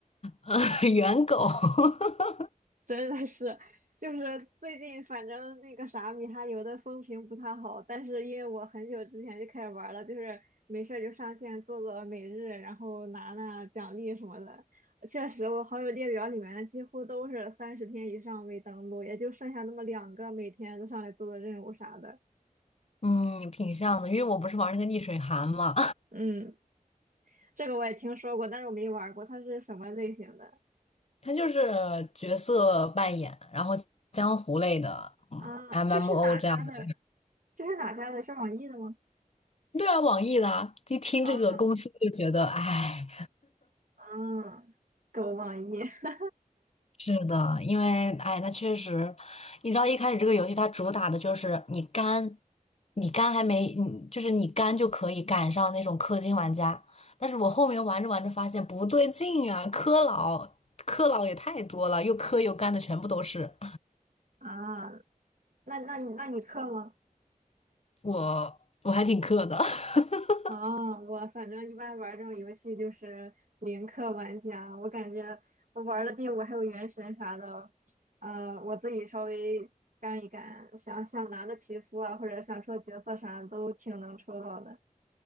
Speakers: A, on the left; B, on the right.
A: 呃，<laughs> 猿狗。<laughs>
B: 真的是，就是最近反正那个啥米哈游的风评不太好，但是因为我很久之前就开始玩了，就是没事儿就上线做做每日，然后拿拿奖励什么的。确实，我好友列表里面几乎都是三十天以上未登录，也就剩下那么两个每天都上来做做任务啥的。
A: 嗯，挺像的，因为我不是玩那个逆水寒嘛，
B: 嗯，这个我也听说过，但是我没玩过，它是什么类型的？
A: <laughs> 它就是角色扮演，然后江湖类的，嗯，MMO
B: 啊，这是哪家的？
A: 这样的。
B: 这是哪家的？是网易的吗？
A: 对啊，网易的啊一听这个公司就觉得，
B: 啊
A: 哎。
B: 啊，狗网易。<laughs>
A: 是的，因为哎，那确实，你知道一开始这个游戏它主打的就是你肝，你肝还没，你就是你肝就可以赶上那种氪金玩家，但是我后面玩着玩着发现不对劲啊，氪佬氪佬也太多了，又氪又肝的全部都是，
B: 啊，那那你那你氪吗？
A: <laughs> 我我还挺氪的。<laughs>
B: 啊，我反正一般玩这种游戏就是零氪玩家，我感觉我玩的第五还有原神啥的，呃，我自己稍微干一干，想想拿的皮肤啊，或者想抽角色啥的都挺能抽到的。